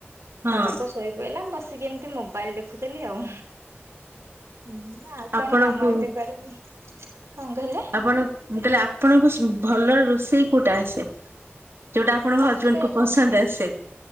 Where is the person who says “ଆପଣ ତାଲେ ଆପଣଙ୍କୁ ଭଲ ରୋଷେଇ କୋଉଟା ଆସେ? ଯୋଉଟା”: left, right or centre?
Right